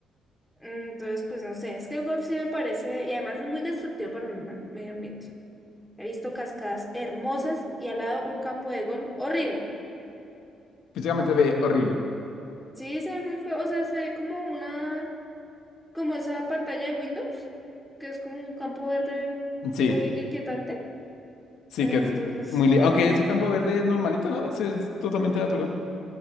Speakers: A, in the centre; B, on the left.
A: Entonces, pues no sé, es que el golf sí me parece, y además es muy destructivo para el man- medio ambiente. He visto cascadas hermosas y al lado un campo de golf horrible.
B: Físicamente ve horrible.
A: Sí, se ve muy feo, o sea, se ve como una, como esa pantalla de Windows, que es como un campo verde
B: Sí,
A: muy inquietante.
B: sí,
A: Entonces,
B: que es muy. li-
A: sí,
B: Aunque
A: no,
B: ese campo verde es normalito, ¿no? Ese es totalmente natural.